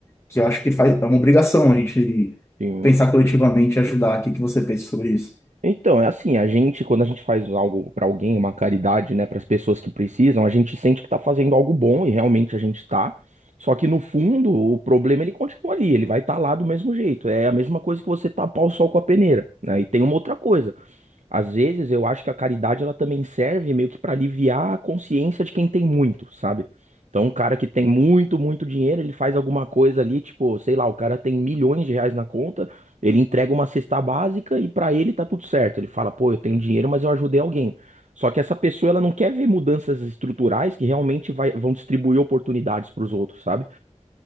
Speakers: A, on the left (about 20°); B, on the right (about 75°).
A: que eu acho que faz, é uma obrigação a gente
B: Sim.
A: pensar coletivamente e ajudar. O que que você pensa sobre isso?
B: Então, é assim, a gente, quando a gente faz algo pra alguém, uma caridade, né, pras pessoas que precisam, a gente sente que tá fazendo algo bom e realmente a gente tá. Só que no fundo, o problema ele continua ali, ele vai estar lá do mesmo jeito. É a mesma coisa que você tapar o sol com a peneira, né? E tem uma outra coisa. Às vezes eu acho que a caridade ela também serve meio que para aliviar a consciência de quem tem muito, sabe? Então, um cara que tem muito, muito dinheiro, ele faz alguma coisa ali, tipo, sei lá, o cara tem milhões de reais na conta, ele entrega uma cesta básica e para ele tá tudo certo. Ele fala, pô, eu tenho dinheiro, mas eu ajudei alguém. Só que essa pessoa, ela não quer ver mudanças estruturais que realmente vai- vão distribuir oportunidades para os outros, sabe?